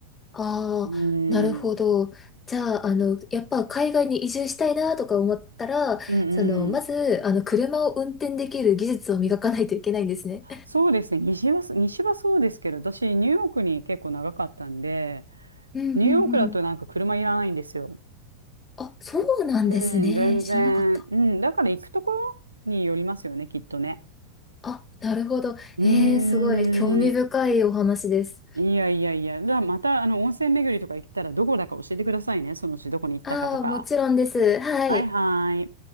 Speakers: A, on the left (about 20°); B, on the right (about 80°).
A: ああ、
B: うん。
A: なるほど。じゃあ、あの、やっぱ海外に移住したいなとか思ったら、
B: うんうん。
A: その、まず、あの、車を運転できる技術を磨かないといけないんですね。
B: そうですね。西は、西はそうですけど、私、ニューヨークに結構長かったんで、
A: うんうんうん。
B: ニューヨークだとなんか車いらないんですよ。
A: あ、そうなんですね。
B: うん、全然。
A: 知らなかった。
B: うん、だから行くところによりますよね、きっとね。
A: あ、なるほど。
B: うーん。
A: えー、すごい興味深いお話です。
B: いやいやいや。じゃあ、また、あの、温泉巡りとか行ったら、どこだか教えてくださいね。そのうちどこに行ったかとか。
A: ああ、もちろんです。はい。
B: はいはい。